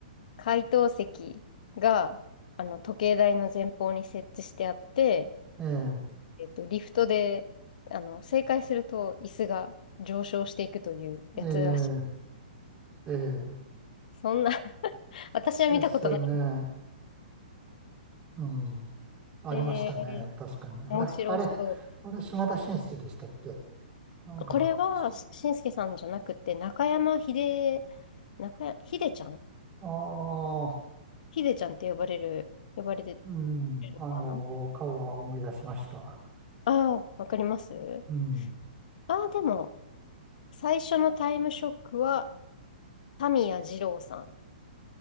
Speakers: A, on the left (about 60°); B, on the right (about 20°).
A: 解答席が、あの、時計台の前方に設置してあって、
B: ええ、
A: えっと、リフトで、あの、正解すると椅子が上昇していくというやつらしい。
B: ええ、ええ、
A: そんな <laughs> 私は見たことない。
B: ですよね。うん、ありましたね。
A: えー、
B: 確かに。あれ、
A: 面白そ
B: あれ、あれ、島田紳助でしたっけなんか、
A: う。これは、しんすけさんじゃなくて、中山秀、中や、秀ちゃん
B: ああ、
A: 秀ちゃんって呼ばれる、呼ばれてる
B: うん、あの、
A: のかな
B: 顔は思い出しました。
A: ああー、わかります
B: うん。
A: ああー、でも、最初のタイムショックは、タミヤ二郎さん。